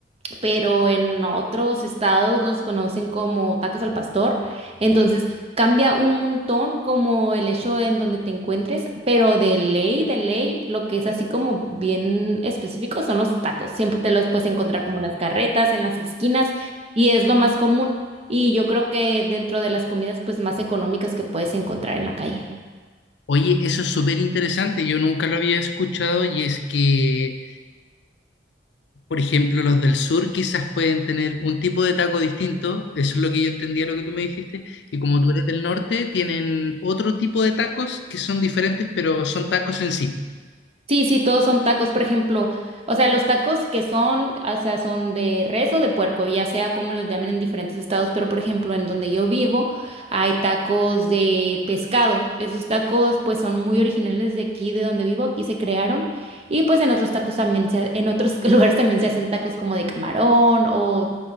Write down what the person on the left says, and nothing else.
Oye, eso es súper interesante, yo nunca lo había escuchado y es que, por ejemplo, los del sur quizás pueden tener un tipo de taco distinto, eso es lo que yo entendía, lo que tú me dijiste, y como tú eres del norte, tienen otro tipo de tacos que son diferentes, pero son tacos en sí.